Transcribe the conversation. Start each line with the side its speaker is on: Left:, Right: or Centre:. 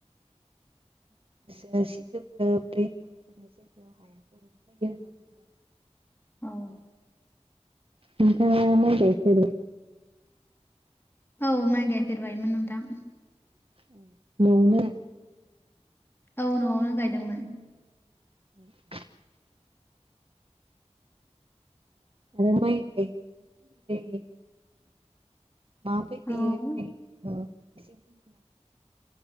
Right: सि दोबदोब दै थाबाय थानाय जायगायावहाय <unintelligible>
Left: औ
Right: नोंथाङा माय गायफेरबाय?
Left: औ माइ गायफेरबायमोन नोंथां।
Right: <unintelligible>
Left: औ न'आवनो गायदोंमोन।
Right: <inaudible> <unintelligible> माबै <unintelligible>
Left: औ
Right: म <unintelligible> एसे बुं